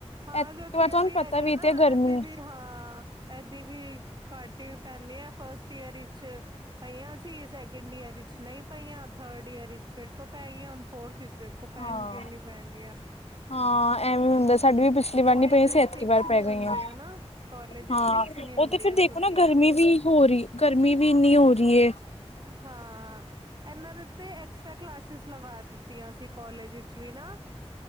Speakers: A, on the right (about 40°); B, on the left (about 70°).
A: ਹਾਂ
B: ਐਤਕੀ
A: ਕਿਉਂਕਿ
B: ਵਾਰ ਤੁਹਾਨੂੰ
A: ਇਹ ਵੀ
B: ਪਤਾ
A: ਹੈਗਾ ਨਾ
B: ਤੇ ਗਰਮੀ
A: ਇਹਦੀ ਵੀ ਹਾਂ। ਇਹਦੀ ਵੀ ਘਟ ਪੈਂਦੀ ਹੈ ਫਸਟ ਈਅਰ ਵਿੱਚ ਪਈਆਂ ਸੀ ਸੈਕਿੰਡ ਈਅਰ ਵਿਚ ਨਹੀਂ ਪਈਆਂ ਥਰਡ ਈਅਰ ਵਿਚ ਫਿਰ ਤੋਂ ਪੈ ਗਈਆਂ ਹੁ ਫੋਰਥ ਵਿੱਚ ਕੋ ਪਹਿਣ
B: ਹਾਂ
A: ਗੀਆ ਨੀ ਪੈਣਗੀਆਂ
B: ਹਾਂ ਐਵੇਂ ਹੁੰਦਾ ਸਾਡੀ ਵੀ ਪਿਛਲੀ ਵਾਰ
A: ਕਾਲਜ
B: ਨੀ ਪਈਆਂ
A: ਵਿੱਚ
B: ਸੀ ਐਤਕੀ
A: ਫਿਕਸ
B: ਵਾਰ
A: ਨਹੀਂ
B: ਪੈ
A: ਹੁੰਦੀਆਂ
B: ਗਈਆਂ
A: ਨਾ ਕਾਲਜ ਵਿੱਚ
B: ਹਾਂ
A: ਫਿਕਸ ਨਹੀਂ ਹੁੰਦੀਆਂ
B: ਉਹ ਤੇ ਫਿਰ ਦੇਖੋ
A: ਛੁੱਟੀਆਂ
B: ਨਾ ਗਰਮੀ ਵੀ ਹੋ ਰਹੀ ਗਰਮੀ ਵੀ ਇੰਨੀ ਹੋ ਰਹੀ ਹੈ।
A: ਹਾਂ ਇਹਨਾਂ ਦੇ ਉੱਤੇ ਐਕਸਟਰਾ ਕਲਾਸਿਸ ਲਗਾ ਦਿੱਤੀ। ਤੀਆਂ ਸੀ ਕੋਲੇਜ ਵਿੱਚ ਵੀ ਨਾ।